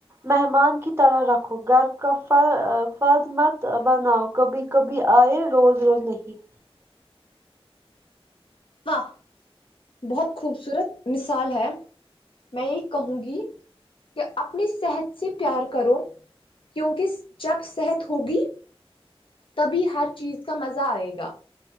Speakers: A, on the right; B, on the left.
A: مہمان کی طرح رکھو گھر کا فر فرد مت بناؤ کبھی کبھی آئے روز روز نہیں
B: واہ بہت خوبصورت مثال ہے میں یہ کہوں گی کہ اپنی صحت سے پیار کرو کیونکہ جب صحت ہوگی تبھی ہر چیز کا مزہ آئے گا